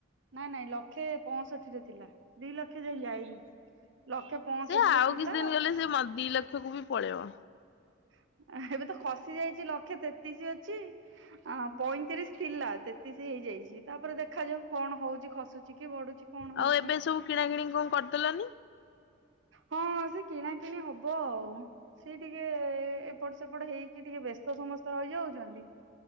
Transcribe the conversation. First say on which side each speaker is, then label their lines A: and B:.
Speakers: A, on the right; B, on the left.
A: ନାଇଁ ନାଇଁ ଲକ୍ଷେ ପଅଁଷଠିରେ ଥିଲା ଦି ଲକ୍ଷ ଯାଏ ଯାଇନି। ଲକ୍ଷେ ପଞ୍ଚଷଠି
B: ସେ ଆଉ
A: ରେ ଥିଲା
B: କିଛି ଦିନ ଗଲେ ସେ ମ ଦି ଲକ୍ଷକୁ ବି ପଳେଇବ।
A: <unintelligible> ଏବେ ତ ଖସି ଯାଇଚି ଲକ୍ଷେ ତେତିଶ ଅଛି। ଆଁ ପଇଁତିରିଶ ଥିଲା ତେତିଶ ହେଇଯାଇଚି ତାପରେ ଦେଖାଯାଉ କଣ ହୋଉଚି ଖସୁ ଚିକି ବଢୁଛି କଣ
B: ଆଉ
A: ହଉଛି
B: ଏବେ ସବୁ କିଣା କିଣି କଣ କରିଦେଲନି?
A: ହଁ ସେ କିଣା କିିଣି ହବ ଆଉ। ସେ ଟିକେ ଏପଟ ସେପଟ ହେଇକି ଟିକେ ବ୍ୟସ୍ତ ସମସ୍ତେ ରହିଯାଉଚନ୍ତି।